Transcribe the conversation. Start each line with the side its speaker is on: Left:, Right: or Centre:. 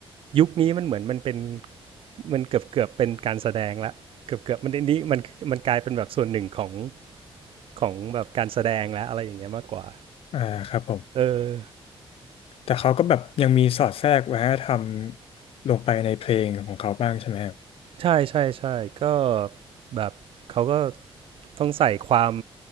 Right: ยุคนี้มันเหมือนมันเป็นมันเกือบเกือบเป็นการแสดงละเกือบเกือบมันนนี้มันมันกลายเป็นแบบส่วนหนึ่งของของแบบการแสดงและอะไรอย่างเงี้ยมากกว่า
Left: อ่าครับผม
Right: เออ
Left: แต่เขาก็แบบยังมีสอดแทรกวัฒนธรรมลงไปในเพลงของเขาบ้างใช่ไหมครับ
Right: ใช่ใช่ใช่ก็แบบเขาก็ ต้องใส่ความ